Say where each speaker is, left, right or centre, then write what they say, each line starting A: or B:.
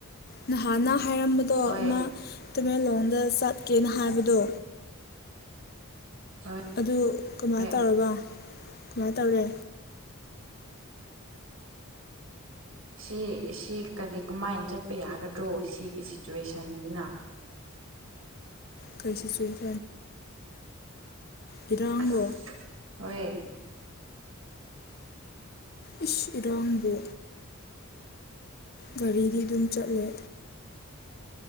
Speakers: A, on the left; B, on the right.
A: ꯅꯍꯥꯟꯅ ꯍꯥꯏꯔꯝꯕꯗꯣ
B: ꯍꯣꯏ
A: ꯑꯃ ꯇꯃꯦꯡꯂꯣꯡꯗ ꯆꯠꯀꯦꯅ ꯍꯥꯏꯕꯗꯣ
B: ꯍꯣꯏ
A: ꯑꯗꯨ ꯀꯃꯥꯏꯅ
B: ꯍꯣꯏ
A: ꯇꯧꯔꯕ ꯀꯃꯥꯏꯅ ꯇꯧꯔꯦ
B: ꯁꯤ ꯁꯤ ꯀꯔꯤ ꯀꯃꯥꯏꯅ ꯆꯠꯄ ꯌꯥꯒꯗ꯭ꯔꯣ ꯁꯤꯒꯤ ꯁꯤꯆꯨꯋꯦꯁꯟꯅ꯫
A: ꯀꯈꯔꯤ ꯁꯤꯆꯨꯋꯦꯁꯦ ꯄꯔꯥꯡꯗꯣ
B: ꯑꯁ ꯍꯣꯏ꯫
A: ꯏꯁ ꯏꯔꯥꯡꯕꯨ꯫ ꯒꯥꯔꯤꯗꯤ ꯑꯗꯨꯝ ꯆꯠꯂꯦ